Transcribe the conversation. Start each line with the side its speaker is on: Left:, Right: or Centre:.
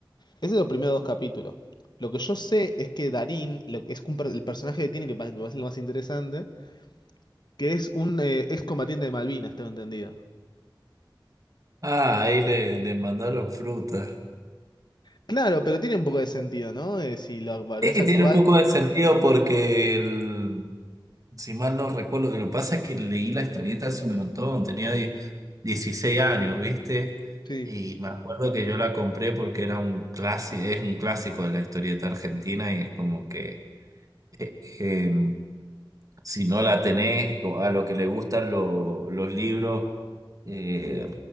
Left: Ese es los primeros dos capítulos. Lo que yo sé es que Darín, lo que es un per- el personaje que tiene, que pa- me parece lo más interesante, que es un eh, excombatiente de Malvinas, tengo entendido.
Right: Ah, ahí le, le mandaron fruta.
Left: Claro, pero tiene un poco de sentido, ¿no? Eh, si lo es
Right: Sí,
Left: actual,
Right: tiene un poco de sentido porque el- si mal no recuerdo, lo que pasa es que leí la historieta hace un montón, tenía die- 16 años, ¿viste?
Left: sí,
Right: Y me acuerdo que yo la compré porque era un clásico, es un clásico de la historieta argentina y es como que eh, eh, si no la tenés, o a lo que le gustan lo- los libros, eh,